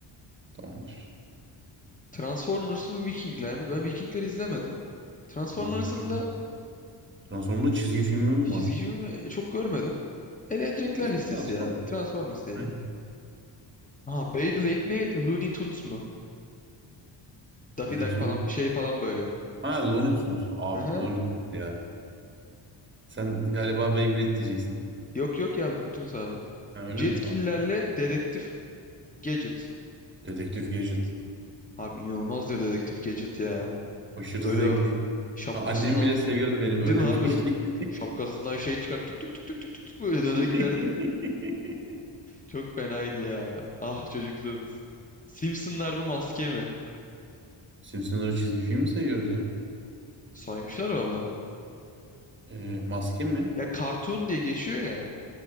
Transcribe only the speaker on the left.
Transformers mı Vikingler mi? Ben Vikingler izlemedim. Transformers'ın
da
çizgi
filmi çok görmedim. Eğlenecekler
listesi
ya. Transformers diyelim.
Ha Beyblade mi Looney Tunes mu? Daffy
Duck
falan şey falan böyle.
Aha.
Yok yok ya Looney Tunes abi.
Jetkillerle
Dedektif Gadget.
Abi inanılmazdır Dedektif Gadget ya.
Öyle
o şapkasından
değil mi abi?
Şapkasından şey çıkart tık tık tık tık tık tık tık böyle
döner giderdi Çok fenaydı ya. Ah çocukluğumuz. Simpsonlar bu maske mi?
Saymışlar valla.
Ya cartoon diye geçiyor ya.